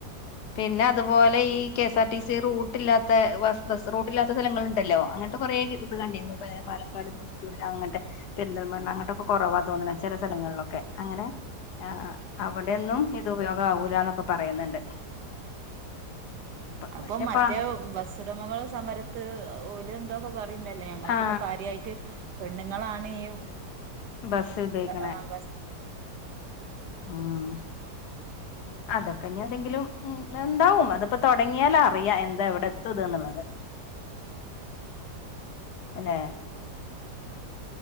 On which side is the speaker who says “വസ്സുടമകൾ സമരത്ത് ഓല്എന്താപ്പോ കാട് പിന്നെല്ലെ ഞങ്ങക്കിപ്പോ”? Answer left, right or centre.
Right